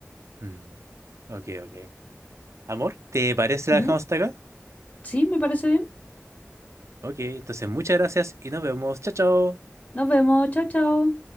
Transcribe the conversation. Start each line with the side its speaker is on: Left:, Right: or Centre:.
Right: Mm, Ok, ok. Amor, ¿te parece si
Left: Ujú.
Right: la dejamos hasta acá?
Left: Sí, me parece bien.
Right: Ok, entonces muchas gracias y nos vemos. Chao, chao.
Left: Nos vemos, chao, chao.